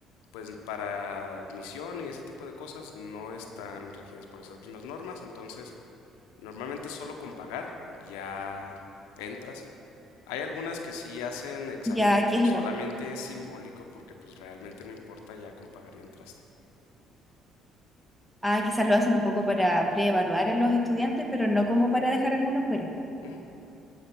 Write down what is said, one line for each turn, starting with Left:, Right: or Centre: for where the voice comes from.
Left: pues para admisión y ese tipo de cosas no están regidas por esas mismas normas, entonces normalmente solo con pagar ya entras Hay algunas que sí hacen examen,
Centre: Ya, aquí
Left: pero
Centre: es igual.
Left: solamente es simbólico porque pues realmente no importa, ya con pagar y entraste.
Centre: Ah, quizás lo hacen un poco para preevaluar a los estudiantes, pero no como para dejar algunos fuera.
Left: Ujú,